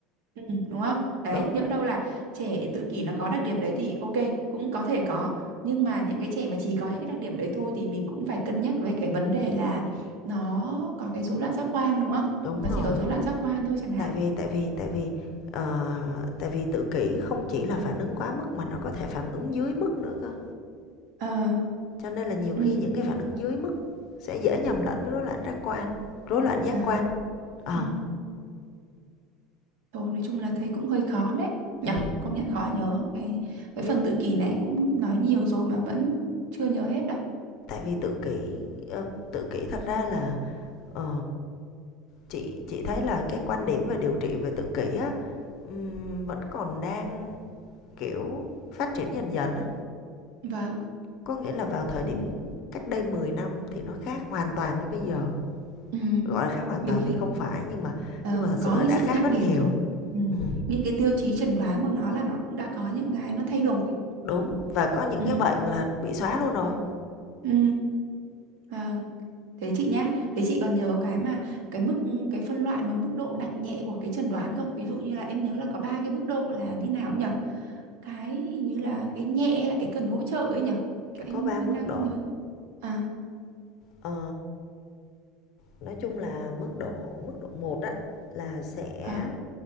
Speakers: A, on the right (about 60°); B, on the left (about 40°).
A: Ừ, đúng không? Đấy,
B: đúng,
A: nhỡ đâu là trẻ tự kỷ nó có đặc điểm đấy thì ok, cũng có thể có. Nhưng mà những cái trẻ mà chỉ có những cái đặc điểm đấy thôi thì mình cũng phải cân nhắc về cái vấn đề là nó có cái rối loạn giác quan đúng không?
B: đúng
A: Nó chỉ
B: rồi.
A: có rối loạn giác quan thôi chẳng hạn.
B: tại vì tại vì tại vì ờ, tại vì tự kỷ không chỉ là phản ứng quá mức mà nó có thể phản ứng dưới mức nữa cơ
A: Ờ,
B: cho nên là nhiều
A: ừ,
B: khi những cái
A: thì-
B: phản ứng dưới mức sẽ dễ nhầm lẫn với rối loạn giác quan rối loạn giác
A: à,
B: quan ờ
A: ừ. Thôi nói chung là thấy cũng hơi khó đấy. Nhở,
B: ừ.
A: công nhận khó nhớ. Cái cái
B: như
A: phần tự kỷ này cũng nói nhiều rồi mà vẫn chưa nhớ hết đâu.
B: tại vì tự kỷ ờ, tự kỷ thật ra là ờ, chị chị thấy là cái quan điểm về điều trị về tự kỷ á ừm, vẫn còn đang kiểu phát triển dần dần á
A: Vâng.
B: có nghĩa là vào thời điểm
A: Đấy.
B: cách đây 10 năm thì nó khác hoàn toàn với bây giờ
A: Ừ.
B: Gọi là khác hoàn
A: Nhiều
B: toàn
A: khi
B: thì không phải, nhưng mà
A: ờ,
B: nhưng mà thật sự
A: có
B: là
A: cái
B: đã
A: sự
B: khác
A: khác
B: rất
A: biệt
B: nhiều.
A: rồi. Ừ.
B: Ừm,
A: Những cái tiêu chí chẩn đoán của nó là nó cũng đã có những cái nó thay đổi.
B: đúng, và có những
A: Ừ.
B: cái bệnh là bị xóa luôn rồi.
A: Ừ. Vâng. Thế chị nhá, thế chị còn nhớ cái mà cái mức ừ, cái phân loại mà mức độ nặng nhẹ của cái chẩn đoán không? Ví dụ như là em nhớ là có ba cái mức độ là như nào nhỉ? Cái hình như là cái nhẹ hay là cái cần hỗ trợ ấy nhỉ? Kiểu em
B: Có 3
A: em
B: mức
A: đang
B: độ.
A: không nhớ. À,
B: Ờ, nói chung là mức độ mức độ một á là sẽ,
A: vâng,